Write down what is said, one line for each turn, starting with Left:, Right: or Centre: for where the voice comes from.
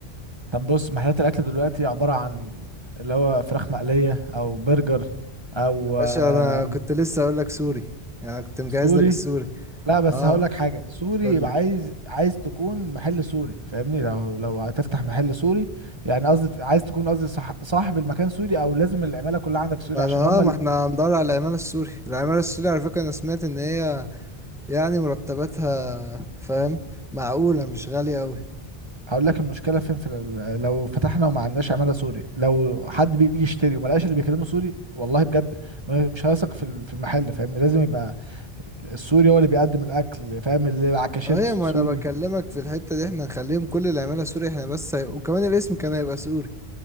Right: طب بص محلات الاكل دلوقتي عباره عن اللي هو فراخ مقليه او برجر او
Centre: يا باشا
Right: آه
Centre: انا كنت لسه اقول لك سوري يعني أنا كنت مجهز
Right: سوري
Centre: لك السوري
Right: لا بس
Centre: اه
Right: هقول لك حاجه سوري
Centre: قول
Right: يبقى
Centre: لي
Right: عايز عايز تكون محل سوري فاهمني لو لو هتفتح محل سوري يعني قصدي عايز تكون قصدي صح صاحب المكان سوري او لازم العماله كلها عندك سوري
Centre: ما
Right: عشان
Centre: انا
Right: هم
Centre: اه ما
Right: ال...
Centre: احنا هندور على العمالة السوري العمالة السوري على فكرة انا سمعت ان هي يعني مرتباتها فاهم معقولة مش غالية أوي
Right: هقول لك المشكله فين في ال- لو فتحنا وما عندناش عماله سوري لو حد بيجي يشتري وما لقاش اللي بيكلمه سوري والله بجد ما- مش هيثق في ال- في المحل فاهمني لازم يبقى السوري هو اللي بيقدم الاكل فاهم اللي على الكاشير
Centre: ايوه ما
Right: سوري
Centre: انا بكلمك في الحتة دي احنا هنخليهم كل العمالة سوري احنا بس هيبقى وكمان الاسم كان هيبقى سوري